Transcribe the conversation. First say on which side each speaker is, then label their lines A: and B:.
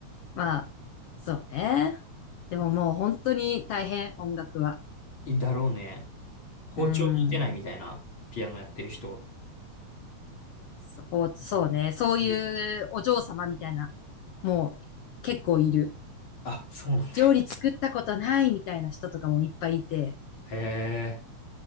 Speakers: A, on the left; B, on the left.
A: まあ、そうね。でももう本当に大変、音楽は。
B: いだろうね。包丁持てないみたいなピアノやってる人。
A: うん。そう、そうね。そういうお嬢様みたいな、
B: うん
A: もう結構いる。
B: あ、そうなんだよ。
A: 料理作ったことないみたいな人とかもいっぱいいて、
B: へえ。